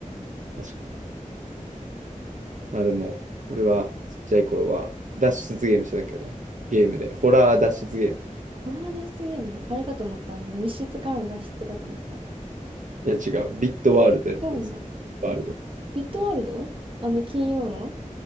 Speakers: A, on the right (about 70°); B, on the right (about 40°).
A: 確かに。まあでも、俺はちっちゃい頃は脱出ゲームしてたけどな、ゲームで。ホラー脱出ゲーム。
B: ホラー脱出ゲームあれかと思った。あの、密室からの脱出かと思った。
A: いや違う、ビットワールドやってた。
B: 違うんだ。
A: ワールド。
B: ビットワールドあの、金曜の